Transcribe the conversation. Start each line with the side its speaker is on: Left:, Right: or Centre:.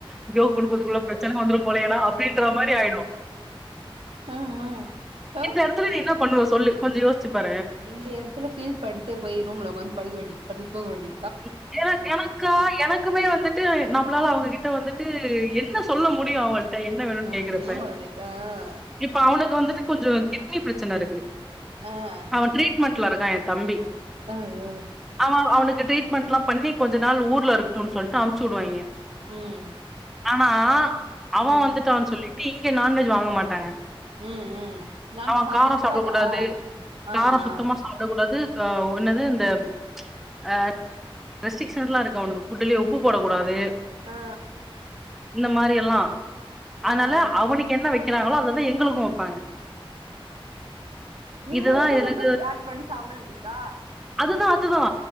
Centre: அய்யோ குடும்பத்துக்குள்ள பிரச்சன வந்துரு போலயேடா அப்டின்ற மாரி ஆய்ரு
Right: ஆ ஆ ஆ
Centre: இந்த எடத்துல நீ என்ன பண்ணுவ சொல்லு கொஞ்ச யோசிச்சு பாரு
Right: இந்த எட்த்துல ஃபீல் பண்ட்டு போய் ரூம்ல ஒக்காந்து படுக்க வேண்டி படுத்து தூங்க வேண்டி
Centre: <inaudible> க்கா எனக்குமே வந்துட்டு நம்ளால அவுங்ககிட்ட வந்துட்டு என்ன சொல்ல முடியு அவுங்கள் ட்ட என்ன வேணுன்
Right: ஒன்னு
Centre: கேக்குறப்ப
Right: பண்ண முடியாது ஆ
Centre: இப்ப அவனுக்கு வந்துட்டு கொஞ்சோ கிட்னி பிரச்சனருக்கு
Right: ஆ
Centre: அவே ட்ரீட்மெண்ட்லருக்கா எ தம்பி
Right: ஆ ஆ
Centre: அவே அவனுக்கு ட்ரீட் மெண்ட்லா பண்ணி கொஞ்ச நாள் ஊர்லருக்கட்டுன் சொல்ட்டு அம்ச்சுடுவாய்ங்க
Right: ம்
Centre: ஆனா அவே
Right: ம்
Centre: வந்துட்டான் சொல்லிட்டு இங்க நான்வெஜ் வாங்க மாட்டாங்க
Right: ம் ம் நான்வெஜ்
Centre: அவே
Right: சாப்ட
Centre: காரோ
Right: கூடாதா
Centre: சாப்டக்கூடாது
Right: ஆ
Centre: காரோ
Right: ஆ
Centre: சுத்தமா சாப் ப்ட கூடாது க என்னது இந்த ஆ ரெஸ்ட்ரிக்ஷன்ஸ்லாருக்கு அவனுக்கு ஃபுட்டுலே உப்பு போடக்கூடாது
Right: ஆ ஆ
Centre: இந்த மாரி எல்லா
Right: ஆ
Centre: ஆனால
Right: ஆ
Centre: அவனுக்கு என்ன வெக்கிறாங்களோ அத தா எங்ளுக்கு வப்பாங்க
Right: நீங்க
Centre: இதுதா
Right: உப்பு
Centre: இதுல
Right: மட்டு ஆட் பண்ணி சாப்ட வேண்டிதா
Centre: அதுதா அதுதா